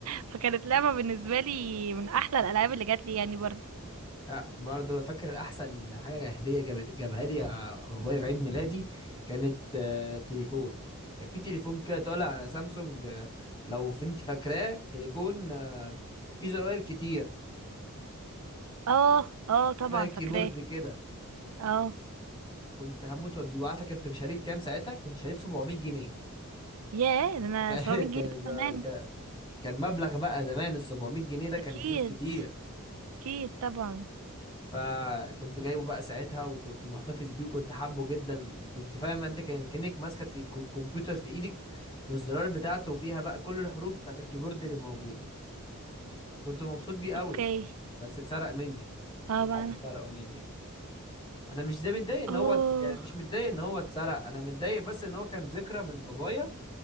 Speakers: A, on the right; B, on the left.
A: فكانت لعبة بالنسبة لي من احلى الالعاب اللي جات لي يعني برضو
B: لا برضه فاكر احسن حاجه هديه جابت جابها لي آه، بابايا في عيد ميلادي كانت آه، تليفون كان في تليفون كده طالع آه، سامسونج آه، لو في- انت فاكراه تليفون آه، فيه زراير كتير
A: اه اه طبعا
B: شبه الكيبورد
A: فاكراه
B: كده
A: اه
B: كنت هموت واجيبه عارفه كنت شاريه بكام ساعتها كنت شاريه ب 700 جنيه
A: ياه ده انا
B: <laughs> تخيل
A: 700
B: كان
A: جنيه ده
B: ده-
A: زمان
B: كان كان مبلغ بقى زمان ال 700 جنيه ده كان
A: اكيد
B: فلوس كتير
A: اكيد طبعا
B: فكنت جايبه بقى ساعتها وكنت محتفظ بيه وكنت حابه جدا وكنت فاهم انت كان كأنك ماسكة الك- الكمبيوتر في ايدك والزرار بتاعته فيها بقى كل الحروف بتاعت الكيبورد اللي موجودة كنت مبسوط بيه قوي
A: اوكي
B: بس اتسرق مني
A: طبعا
B: في حد سرقه مني انا مش زي متضايق ان
A: اوه
B: هو اتس- يعني مش متضايق ان هو اتسرق انا متضايق بس ان هو كان ذكرى من بابايا